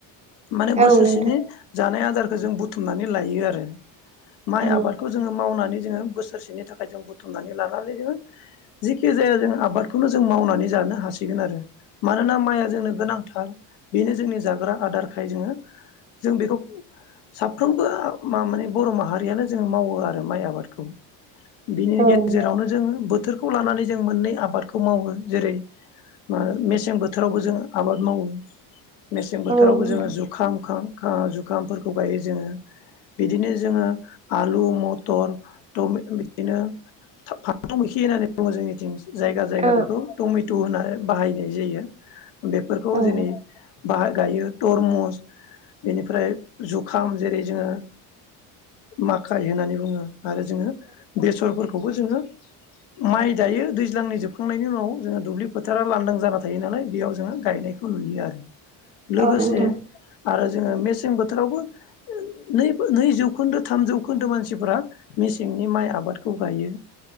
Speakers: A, on the left; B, on the right.
A: माने
B: औ
A: बोसोरसेनि
B: नोंथां
A: जानाय आदार खो जों बुथुमनानै लायो आरो माइ
B: औ
A: आबादखौ जोङो मावनानै जोङो बोसोरसेनि थाखाय जों बुथुमनानै लानानै जोङो जिखि जाया जों आबादखौनो जों मावनानै जानो हासिगोन आरो मानोना माइआ जोंनो गोनांथार बेनो जोंनि जाग्रा आदारखाय जोङो जों बेखौ साफ्रोमबो मा-माने बर' माहारियानो जोङो मावो आरो माइ आबादखौ <inaudible> बिनि
B: औ
A: गेजेरावनो
B: नोंथां
A: जों बोथोरखौ लानानै जों मोननै आबादखौ मावो जेरै मा-मेसें बोथोरावबो जों आबाद मावो मेसें बोथोरावबो
B: औ नोंथां
A: जोङो जुखाम खाम आ जुखामफोरखौ गायो जोङो बिदिनो जोङो आलु मटर <unintelligible> बिदिनो फान्थौ मैखि होननानै बुङो जोंनिथिं जायगा जायगा
B: औ
A: बेखौ टमेट' होनना बाहायनाय जायो। बेफोरखौ
B: औ
A: जेनै बाह गायो थरमुस, बेनिफ्राय जुखाम जेरै जोङो माखाइ होननानै बुङो आरो जोङो बेसरफोरखौबो जोङो माइ जायो दैज्लांनि जोब खांनायनि उनाव जोङो दुब्लि फोथारा लांदां जाना थायो नालाय बेयाव जोङो गायनायखौ नुयो आरो। लोगोसे
B: नोंथां
A: आरो जोङो मेसें बोथोरावबो नैबो नै जौखोन्दो थाम जौखोन्दो मानसिफोरा मेसेंनि माइ आबादखौ गायो।